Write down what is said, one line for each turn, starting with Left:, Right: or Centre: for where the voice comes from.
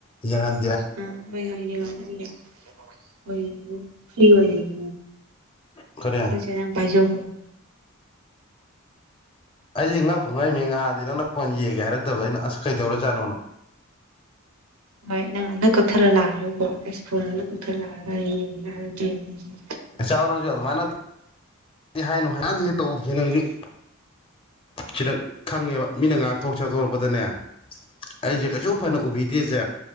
Left: ꯌꯦꯡꯍꯟ
Right: ꯑ ꯃ ꯍ ꯐꯖ <unintelligible>
Left: ꯀꯔꯤ
Right: ꯁꯦ ꯁꯦ ꯅꯪ ꯄꯥꯏꯖꯧ
Left: ꯑꯩꯗꯤ ꯉꯥꯛꯄꯨ ꯉꯛꯏꯅꯤ ꯉꯍꯥꯟꯗꯤ ꯅꯪꯅ ꯐꯣꯟ ꯌꯦꯡꯒꯦ ꯍꯥꯏꯔꯛꯇꯕꯗ ꯑꯩꯅ ꯑꯁ ꯀꯩꯗꯧꯔꯥꯖꯥꯅꯣꯅꯣ
Right: ꯍꯣꯏ ꯅꯪꯅꯥ ꯂꯣꯏꯅꯥ ꯀꯛꯊꯠꯂ ꯂꯥꯛꯔꯣꯏꯀꯣ ꯏꯁ ꯐꯣꯟꯒꯥ ꯂꯣꯏꯅꯥ ꯀꯛꯊꯠꯂꯛꯑꯒ ꯌꯦꯡꯒꯦꯒꯥ ꯍꯥꯏꯔꯛꯇꯣꯏꯅꯤ
Left: ꯑꯦꯁꯅ ꯑꯗꯨꯃꯥꯏꯅ <unintelligible> ꯍꯥꯏꯅꯨ ꯍꯥꯟꯗꯤ ꯍꯦꯛ ꯇꯧꯗꯦ ꯅꯪꯒꯤ ꯁꯤꯗ ꯈꯪꯉꯦꯕ ꯃꯤꯅ ꯉꯥꯡꯊꯣꯛ ꯁꯛꯇꯣꯛꯔꯛꯄꯗꯅꯦ ꯑꯩꯁꯦ ꯀꯩꯁꯨ ꯐꯅ ꯎꯕꯤꯗꯦꯁꯦ